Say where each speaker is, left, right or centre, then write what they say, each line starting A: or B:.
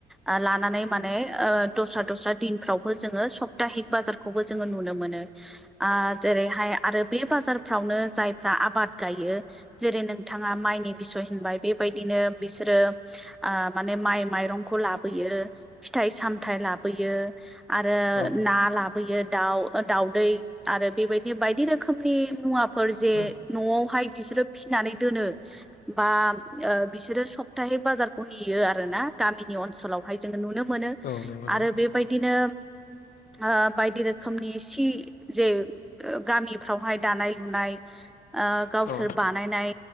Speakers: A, in the centre; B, on the left.
A: ओ लानानै माने ओ दस्रा दस्रा दिनफ्रावबो जोङो सप्ताहिक बाजारखौबो जोङो नुनो मोनो। ओ जेरैहाय आरो बे बाजारफ्रावनो जायफ्रा आबाद गायो। जेरै नोंथाङा माइनि बिसय होनबाय बेबायदिनो बिसोरो ओ माने माइ माइरंखौ लाबोयो फिथाइ सामथाइ लाबोयो। आरो
B: औ
A: ना लाब फैयो दाउ दाउदै आरो बेबायदि बायदि रोखोमनि मुवा फोर जे
B: औ
A: न'आवहाय बिसोरो फिनानै दोनो बा ओ बिसोरो सब थाहि बाजारखौ नेयो आरोना गामिनि ओन्सोलावहाय जों नुनो मोनो
B: औ नंगौ
A: आरो
B: नंगौ
A: बेबायदिनो ओ बायदि रोखोमनि सि जे ओ गामिफ्रावहाय दानाय लुनाय ओ गावसोर
B: औ
A: बानायनाय